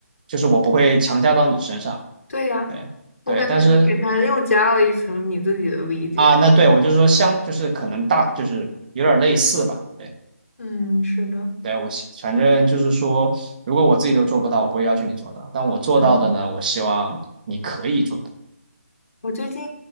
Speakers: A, on the right (about 30°); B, on the left (about 65°).
A: 就是我不会强加到你身上。
B: 对呀，
A: 对对，
B: 我感觉给他又加了一层你自己的理解。
A: 但是啊、那对我就是说相，就是可能大，就是有点类似吧。对。
B: 嗯，是的，
A: 对，我希反正就是说，如果我自己都做不到，我不会要求你做到。但我做到的呢，
B: 嗯，
A: 我希望你可以做到
B: 我最近